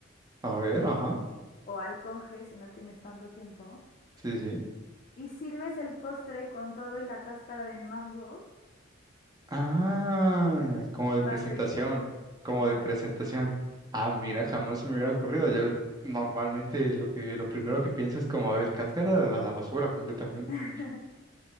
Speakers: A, on the right; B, on the left.
A: a ver, ajá,
B: o al conge si no tienes tanto tiempo.
A: sí, sí.
B: Y sirves el postre con todo y la cáscara del mango.
A: Ah, como de
B: MasterChef,
A: presentación, como
B: exacto.
A: de presentación. Ah, mira, jamás me hubiera ocurrido. Yo normalmente lo que, lo primero que pienso es como, a ver, cáscara a la basura completamente.
B: <laughs>